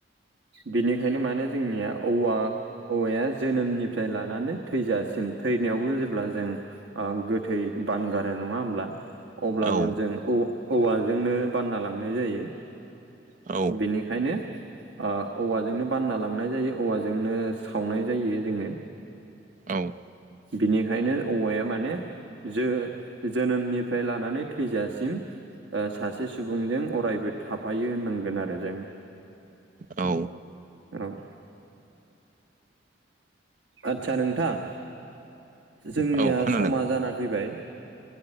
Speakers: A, on the right; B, on the right.
A: बेनिखायनो माने जोंनिया औवा औवाया जोनोमनिफ्राय लानानै थैजासिम थैनायावबो जेब्ला जों गोथै बानगारो नङा होमब्ला अब्लाबो
B: औ
A: जों औवाजोंनो बानना लांनाय जायो
B: औ।
A: बेनिखायनो औवाजोंनो बानना लांनाय जायो औवाजोंनो सावनाय जायो जोङो
B: औ।
A: बिनिखायनो औवाया माने जो -जोनोमनिफ्राय लानानै थैजासिम सासे सुबुंजों अरायबो थाफायो होननांगोन आरो जों
B: औ
A: औ आदसा नोंथां जोंनिया
B: औ खोनादों
A: समा जाना फैबाय